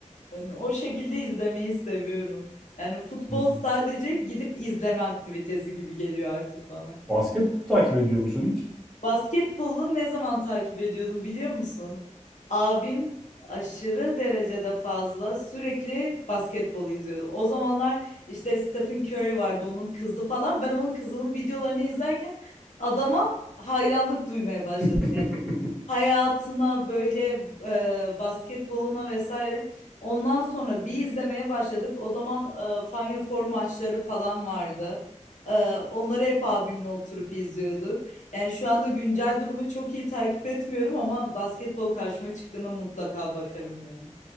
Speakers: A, on the left; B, in the centre.
A: Yani o şekilde izlemeyi seviyorum. Yani futbol
B: Hı hı.
A: sadece gidip izleme aktivitesi gibi geliyor artık bana.
B: Basketbol takip ediyor musun hiç?
A: Basketbolu ne zaman takip ediyordum biliyor musun? Abim aşırı derecede fazla sürekli basketbolu izliyordu. O zamanlar işte Stephen Curry vardı onun kızı falan. Ben onun kızının videolarını izlerken adama hayranlık duymaya başladım
B: <laughs>
A: hayatına böyle e, basketboluna vesaire. Ondan sonra bir izlemeye başladık. O zaman e, Final Four maçları falan vardı. E, onları hep abimle oturup izliyorduk. Yani şu anda güncel durumu çok iyi takip etmiyorum ama basketbol karşıma çıktığına mutlaka bakarım yani.